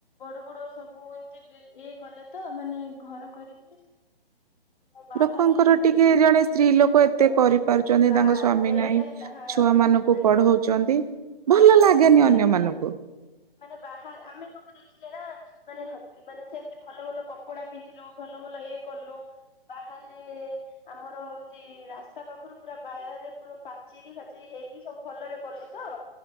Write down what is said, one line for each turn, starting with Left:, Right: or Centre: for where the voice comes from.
Left: ବଡ ବଡ ସବୁ ଏମତି ଇଏ କଲେ ତ ମାନେ ଘର କରିକି ମୋ ବାହାରେ
Right: ଲୋକଙ୍କର
Left: ଏମିତି
Right: ଟିକେ ଜଣେ ସ୍ତ୍ରୀ ଲୋକ ଏତେ ଏତେ
Left: ହଁ
Right: କରିପାରୁଛନ୍ତି
Left: ବାସ୍
Right: ତାଙ୍କ ସ୍ଵାମୀ
Left: ସେଇଟା
Right: ନାଇଁ
Left: ହେଲା ହଁ
Right: ଛୁଆ ମାନଙ୍କୁ
Left: ମାନେ
Right: ପଢଉଛନ୍ତି
Left: ବାହାରେ
Right: ଭଲ ଲାଗେନି
Left: ସବୁ
Right: ଅନ୍ୟ
Left: ଏମତି
Right: ମାନଙ୍କୁ
Left: ମାନେ ବାହାରେ ଆମେ ସବୁ ଦେଖ ଦେଖିଲେ ନା ମାନେ ମାନେ ସେମିତି ଭଲ ଭଲ କପଡା ପିନ୍ଧିଲୁ ଭଲ ଭଲ ଇଏ କଲୁ ବା ବାହାରେ ଆମର ଏମତି ରାସ୍ତା ପାଖରୁ ପୁରା ବାହାରେ ପୁରା ପାଚେରି ଫାଚେରି ହେଇକି ସବୁ ଭଲରେ କଲୁ ତ